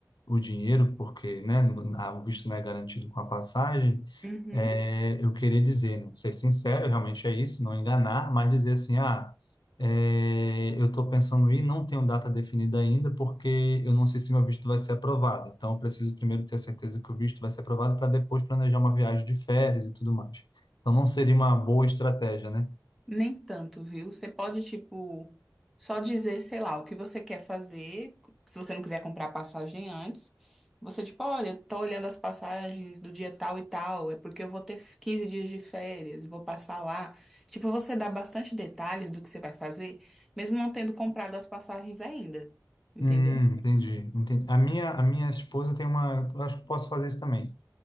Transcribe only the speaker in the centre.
Uhum.
Nem tanto, viu? Você pode, tipo, só dizer, sei lá, o que você quer fazer. Se você não quiser comprar passagem antes, você, tipo, olha, tô olhando as passagens do dia tal e tal, é porque eu vou ter 15 dias de férias, vou passar lá. Tipo, você dá bastante detalhes do que você vai fazer, mesmo não tendo comprado as passagens ainda. Entendeu?